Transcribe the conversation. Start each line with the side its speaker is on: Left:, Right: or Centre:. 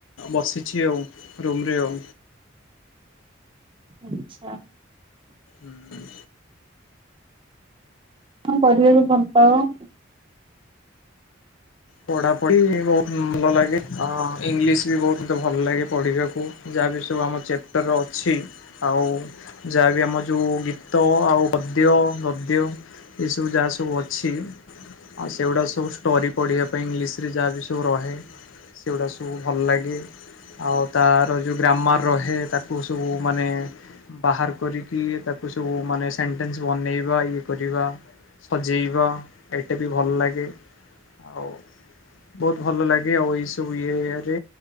Left: ବସିଛି ଆଉ ରୁମ୍ରେ ଆଉ।
Right: ଆଚଛା।
Left: ହୁଁ।
Right: କଣ କରିବାକୁ ଭଲ ପାଅ?
Left: ପଢ଼ା ପଢ଼ି ବହୁତ ଭଲ ଲାଗେ। ହଁ ଇଂଲିଶ ବି ବହୁତ ମତେ ଭଲ ଲାଗେ ପଢ଼ିବାକୁ ଯାହାବି ସବୁ ଆମ ଚେପ୍ ଚପ୍ଟର୍ ଅଛି ଆଉ ଯାହାବି ଆମ ଯେଉ ଗୀତ ଆଉ ପଦ୍ୟ ଗଦ୍ୟ ଏ ସବୁ ଯାହା ସବୁ ଅଛି ଆଉ ସେଗୁଡ଼ାକ ସବୁ ଷ୍ଟୋରି ପଢ଼ିବା ପାଇଁ ଇଂଲିଶରେ ଯାହା ବିି ସବୁ ରହେ ସେଗୁଡ଼ା ସବୁ ଭଲ ଲାଗେ। ଆଉ ତାର ଯଉଁ ଗ୍ରାମର୍ ରହେ ତାକୁ ସବୁ ମାନେ ବାହାର କରିକି ତାକୁ ସବୁ ମାନେ ସେଣ୍ଟେନ୍ସ ବନେଇବା ଇଏ କରିବା। ସଜେଇବା ଏଇଟା ବି ଭଲ ଲାଗେ। ଆଉ ବହୁତ ଭଲ ଲାଗେ ଆଉ ଏଇ ସବୁ ଇଏ ରେ